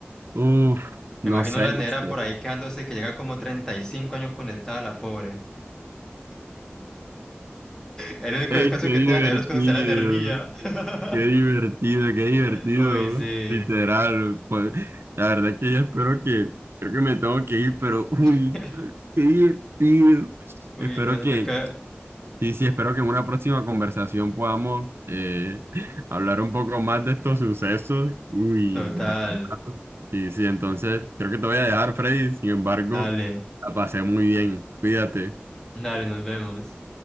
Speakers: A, on the right (about 75°); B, on the left (about 15°).
A: Uf,
B: Me
A: no
B: imagino
A: sé,
B: la
A: no
B: nevera
A: sé.
B: por ahí quejándose que llega como 35 años conectada, la pobre. El único
A: Ey,
B: descanso
A: qué
B: que
A: divertido,
B: tiene la nevera es cuando se da la energía. <laughs>
A: qué divertido, qué divertido.
B: Uy, sí.
A: Literal, pues, la verdad es que yo espero que, creo que me tengo que ir, pero uy.
B: <laughs>
A: Qué divertido.
B: Uy,
A: Espero
B: bueno,
A: que,
B: toca.
A: sí, sí, espero que en una próxima conversación podamos eh, <laughs> hablar un poco más de estos sucesos. Uy,
B: Total.
A: la verdad. Sí, sí, entonces creo que te voy a dejar, Freddy. Sin embargo,
B: Dale,
A: la pasé muy bien. Cuídate.
B: dale, nos vemos.